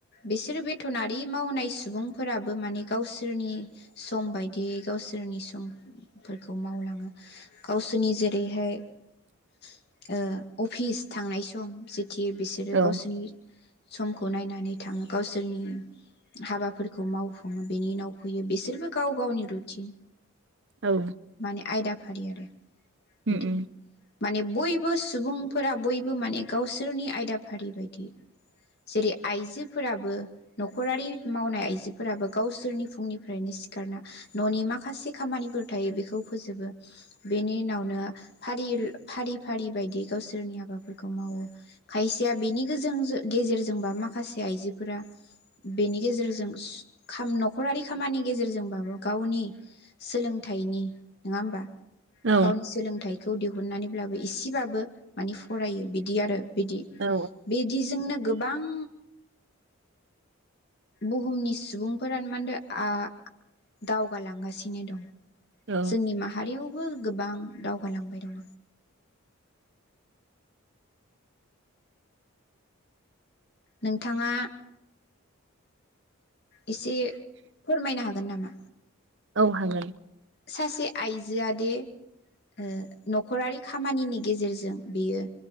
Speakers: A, on the left (about 50°); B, on the right (about 55°).
A: बिसोरो बे थनारि मावनाय सुबुंफोराबो माने गावसोरनि सम बायदियै गावसोरनि समफोरखौ मावलांङो गावसोरनि जेरै हाय ओ अफिस थांनाय सम सि मिथियो बिसोरो
B: औ
A: गावसिनि समखौ नायनानै थांङो गावसोरनि हाबाफोरखौ मावफुंङो बेनि उनाव फैयो बिसोरबो गाव गावनि रुटिन
B: उम
A: माने आयदा फारि आरो बिदि
B: उम
A: माने बयबोस सुबुंफोरा बयबो माने गावसोरनि आयदाफारि बायदि जेरै आइजोफोराबो नखरारि मावनाय आइजोफोराबो गावसोरनि फुंनिफ्रायनो सिखारना ननि माखासे खामानिफोर थायो बेखौ फोजोबो बेनि उनावनो फारिर फारि फारि बायदियै गावसोरनि हाबाफोरखौ मावो खायसेया बेनि गोजों गेजेरजों जोंबा माखासे आइजोफोरा बेनि गेजेरजों सु नखरारि खामानि गेजेरजोंबाबो गावनि सोलोंथाइनि नोंङा होमबा?
B: औ
A: गावनि सोलोंथाइखौ दिहुननानै ब्लाबो इसेबाबो मानि फरायो बिदि आरो बिदि
B: औ
A: बिदिजोंनो गोबां बुहुमनि सुबुंफोरानो मानदो आ दावगालांगासिनो दं।
B: औ
A: जोंनि माहारियावबो गोबां दावगालांबाय दं। नोंथांङा एसे फोरमायनो हागोन नामा?
B: औ हागोन
A: सासे आइजोआ दे ओ नखरारि खामानिनि गेजेरजों बियो